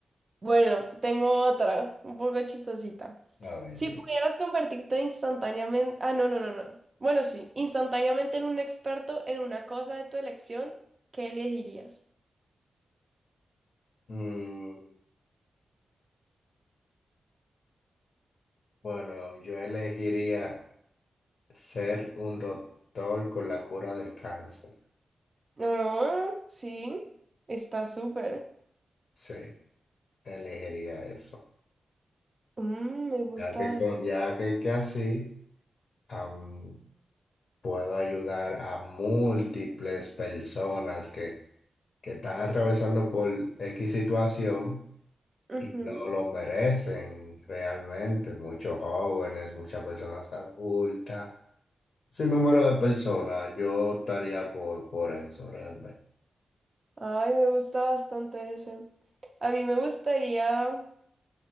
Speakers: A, on the right; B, on the left.
A: Bueno, te tengo otra, un poco chistosita.
B: A ver,
A: Si
B: dime.
A: pudieras convertirte instantáneamente, ah, no, no, no, no. Bueno, sí, instantáneamente en un experto en una cosa de tu elección, ¿qué elegirías?
B: Mm, bueno, yo elegiría ser un doctor con la cura del cáncer.
A: Ah, sí, está súper.
B: Sí, elegiría eso.
A: Mm, me gusta
B: Ya que, co- ya que, que así am, puedo ayudar a múltiples personas que, que están atravesando por X situación
A: bastante.
B: y no lo merecen realmente. Muchos jóvenes, muchas personas adultas, sin número de personas, yo estaría por, por eso realmente.
A: Ay, me gusta bastante ese. A mí me gustaría